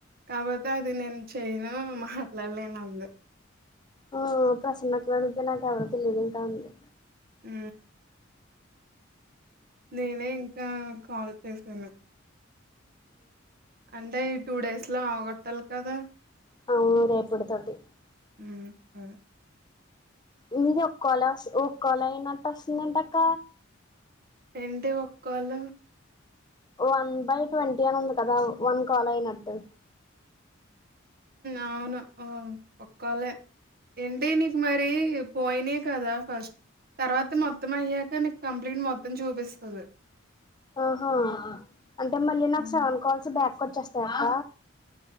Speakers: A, on the right (about 50°); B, on the left (about 20°).
A: కాపోతే అది నేను చేయను మాట్లాడలేను అంది
B: ఆ ప్రసన్నక్కను అడిగితే నాకు ఎవరో తెలియదు ఇంకా అంది
A: అ నేనే ఇంకా కాల్ చేసాను అంటే టూ డేస్ లో ఆవగొట్టాలి గాదా
B: అవు రేపుడు తటి
A: <inaudible>
B: మీది ఒక కొలా వ ఒకలా అయినట్టు వస్తుందంట అక్క
A: ఏంటి ఒక్కోళ్ళ
B: వన్ బై ట్వంటీ అని ఉంది కదా వన్ కాల్ అయినట్టు
A: అవును ఒక్కాలే ఏంటి నీక్ మరి పోయినే కదా ఫస్ట్ తర్వాత మొత్తం అయ్యాక నీకు కంప్లీంట్ మొత్తం చూపిస్తుంది.
B: ఆహా అంటే మళ్ళీ నాకు
A: హ్మ్.
B: సెవెన్ కాల్స్ బ్యాక్ కొచ్చేస్తయక్క